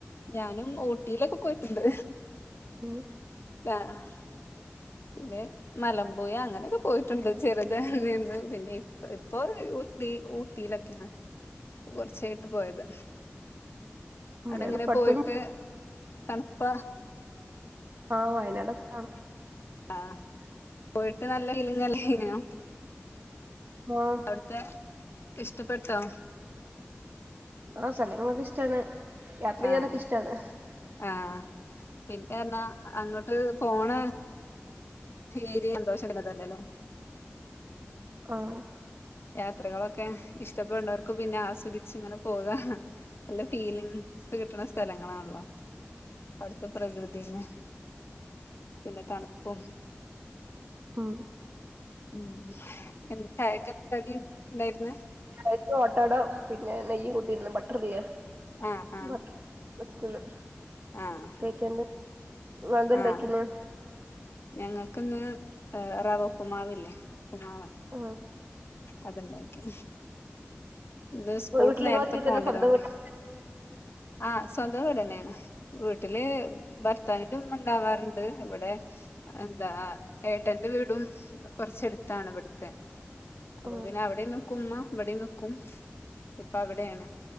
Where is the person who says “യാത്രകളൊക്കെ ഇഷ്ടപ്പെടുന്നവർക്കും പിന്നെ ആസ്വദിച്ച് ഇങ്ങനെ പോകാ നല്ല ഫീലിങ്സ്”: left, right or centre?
Left